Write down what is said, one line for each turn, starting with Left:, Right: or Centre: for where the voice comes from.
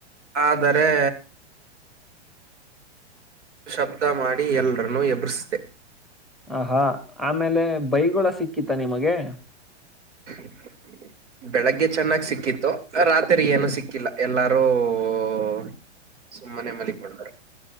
Right: ಆದರೆ ಶಬ್ದ ಮಾಡಿ ಎಲ್ಲರನ್ನೂ ಎಬ್ರಿಸ್ದೆ
Centre: ಆಹಾ ಆಮೇಲೆ ಬೈಗಳು ಸಿಕ್ಕಿತ ನಿಮಗೆ
Right: <inaudible> ಬೆಳಗ್ಗೆ ಚೆನ್ನಾಗ್ ಸಿಕ್ಕಿತ್ತು ರಾತ್ರಿ ಏನು ಸಿಕ್ಕಿಲ್ಲ ಎಲ್ಲಾರೂ. ಒ ಸುಮ್ಮನೆ ಮಲಿಕೊಂಡರು.